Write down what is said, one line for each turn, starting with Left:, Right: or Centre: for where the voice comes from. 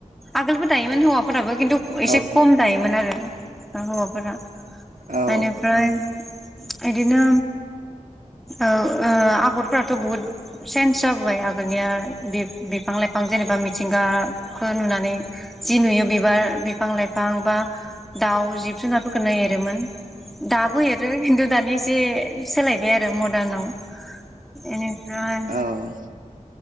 Centre: आगोलबो दायोमोन हौवाफ फोराबो खिन्थु
Right: औ
Centre: एसे खम दायोमोन आरो। ओ हौवाफोरा
Right: औ
Centre: एनिफ्राय इदिनो औ ओ आगरफोराथ बुहुद सेन्स जाबोबाय आगोलनिया बि-बिफां लाइफां जेनेबा मिथिंगाखौ नुनानै जि नुयो बिबार बिफां लाइफां बा दाउ जिब जुनारफोरखौनो एरोमोन दाबो एर खिन्थु दानिया एसे सोलाय बे आरो मदार्ननाव बेनिफ्राय
Right: औ